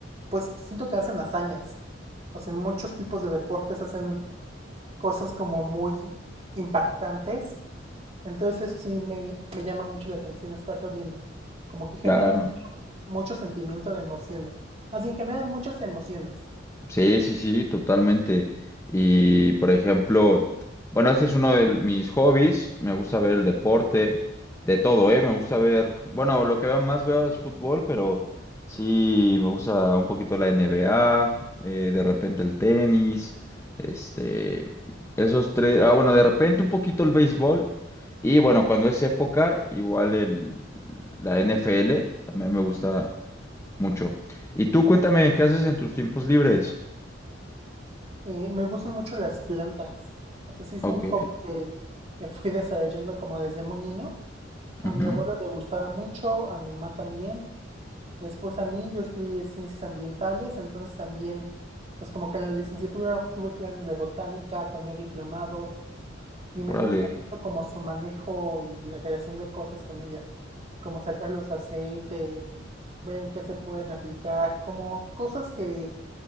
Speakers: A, on the right; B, on the left.
A: pues siento que hacen hazañas. O sea, en muchos tipos de deportes hacen cosas como muy impactantes. Entonces eso sí me, me llama mucho la atención estarlo viendo. Como que generan
B: Claro.
A: mucho, mucho sentimiento de emociones. Más bien generan muchas emociones.
B: Sí, sí, sí, totalmente. Y por ejemplo, bueno, este es uno de mis hobbies. Me gusta ver el deporte, de todo, ¿eh? Me gusta ver, bueno, lo que veo- más veo es fútbol, pero sí, me gusta un poquito la NBA, eh, de repente el tenis, este, esos tres, ah, bueno, de repente un poquito el béisbol. Y bueno, cuando es época, igual el, la NFL también me gusta mucho. Y tú, cuéntame, ¿qué haces en tus tiempos libres?
A: Eh, me gustan mucho las plantas. O sea, sí es
B: Ok,
A: un hobby que, que fui desarrollando como desde muy niño. A
B: ujú,
A: mi abuelo le gustaba mucho, a mi mamá también. Después a mí, yo estudié ciencias ambientales, entonces también, pues como que en la licenciatura tuve clases de botánica, tomé diplomados, Y me
B: Órale,
A: gusta mucho como su manejo y la creación de cosas con ellas, como sacar los aceites, ver en qué se pueden aplicar, como cosas que